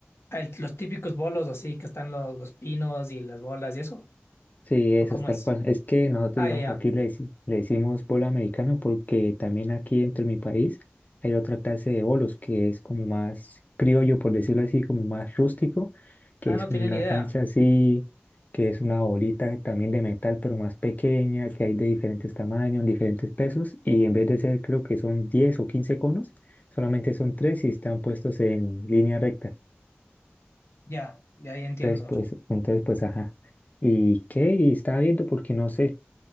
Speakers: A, on the left (about 85°); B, on the left (about 40°).
A: Ah, el- los típicos bolos así que están los, los pinos y las bolas y eso.
B: Sí, eso
A: ¿O cómo
B: es tal
A: es?
B: cual. Es que nosotros,
A: Ah,
B: digamos,
A: ya, ya.
B: aquí le, deci- le decimos bolo americano porque también aquí entre mi país hay otra clase de bolos que es como más criollo, por decirlo así, como más rústico, que
A: Ah,
B: es
A: no
B: como
A: tienen
B: una
A: idea.
B: cancha así, que es una bolita también de metal, pero más pequeña, que hay de diferentes tamaños, diferentes pesos, y en vez de ser, creo que son 10 o 15 conos, solamente son 3 y están puestos en línea recta.
A: Ya, ya, ya entiendo.
B: Entonces, pues, entonces, pues, ajá. ¿Y qué? Y estaba viendo porque no sé.